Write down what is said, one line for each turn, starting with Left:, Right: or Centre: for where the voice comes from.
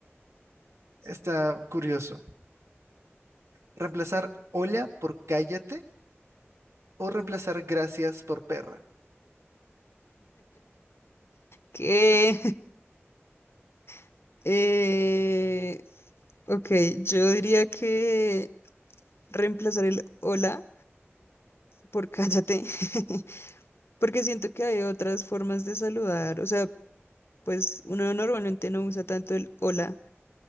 Right: está curioso. Reemplazar hola por cállate O reemplazar gracias por perra.
Left: Que, <laughs> eh, ok, yo diría que reemplazar el hola por cállate, <laughs> porque siento que hay otras formas de saludar. O sea, pues uno normalmente no usa tanto el hola,